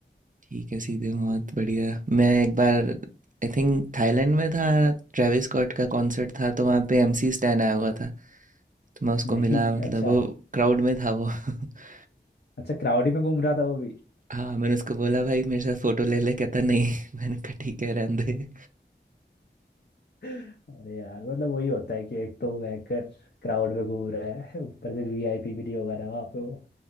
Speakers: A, on the right (about 45°); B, on the left (about 60°).
A: ठीक है सीधे बहुत बढ़िया मैं एक बार आई थिंक थाईलैंड में था ट्रेविस स्कॉट का कॉन्सर्ट था तो वहाँ पे एमसी स्टैन आया हुआ था तो मैं उसको
B: नहीं
A: मिला
B: <laughs>
A: मतलब
B: अच्छा
A: वो क्राउड में था वो <laughs>
B: अच्छा क्राउड ही में घूम रहा था वो भी
A: हाँ मैंने उसको बोला भाई मेरे साथ फोटो ले ले कहता नहीं <laughs> मैंने कहा ठीक है रहने दे
B: अरे यार मतलब वही होता है कि एक तो बैंकर क्राउड में घूम रहा है <laughs> ऊपर से वीआईपी भी नहीं होगा ना वहाँ पे वो